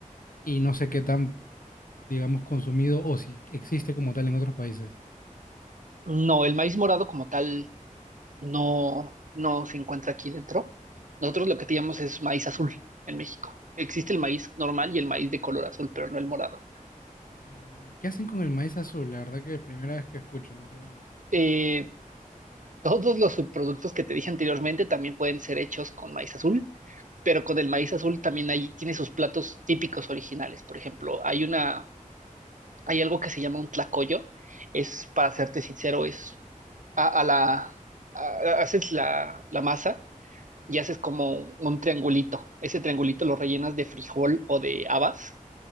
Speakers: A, on the left; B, on the right.
A: y no sé qué tan, digamos, consumido o si existe como tal en otros países.
B: No, el maíz morado como tal no, no se encuentra aquí dentro. Nosotros lo que teníamos es maíz azul en México. Existe el maíz normal y el maíz de color azul, pero no el morado.
A: Guau, guau. ¿Y qué hacen con el maíz azul? La verdad que es la primera vez que escucho, no te voy a mentir.
B: Eh, todos los subproductos que te dije anteriormente también pueden ser hechos con maíz azul, pero con el maíz azul también hay, tiene sus platos típicos originales. Por ejemplo, hay una, hay algo que se llama un tlacoyo. Es, para serte sincero, es a, a la, a- a- haces la la masa y haces como un triangulito. Ese triangulito lo rellenas de frijol o de habas